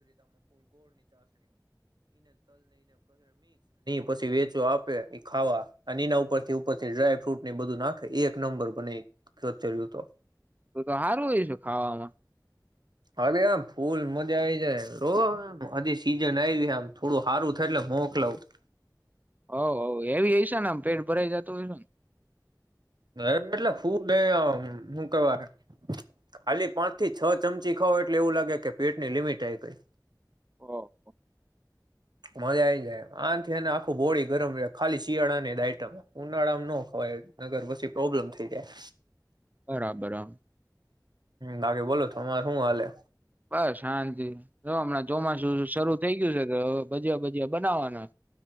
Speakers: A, on the right (about 70°); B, on the right (about 25°).
A: પછી વેચો આપે એ ખાવા અને એના ઉપરથી ઉપરથી ડ્રાયફ્રૂટને બધું નાખે એક નંબર બને કરચર્યુંતો.
B: તું તો હારું <unintelligible> ખાવામાં.
A: હરે આમ ફૂલ મજા આયી જાય તો હજી સીઝન આયવી આમ થોડું હારું થાય એટલે મોકલાવું.
B: હોવ હોવ એવી ઈ છેને પેટ ભરાઈ જતું હોય.
A: એટલે ફૂ <unintelligible> મુકવા ખાલી પાંચથી છ ચમચી ખાવ એટલે એવું લાગે કે પેટની લિમિટ આય ગઈ.
B: ઓહ.
A: મજા આઈ જાય આથી અને આખું બોડી ગરમ રહે ખાલી શિયાળાને <unintelligible> ઉનાળામાં નો ખવાય નગર પછી પ્રોબ્લેમ થઈ જાય.
B: બરાબર. <unintelligible>
A: લાગે બોલો તમાર હું હાલે.
B: બસ શાંતિ જો હમણાં ચોમાસું શરૂ થઈ ગયું <inaudible> ભજીયા ભજીયા બનાવાનાં.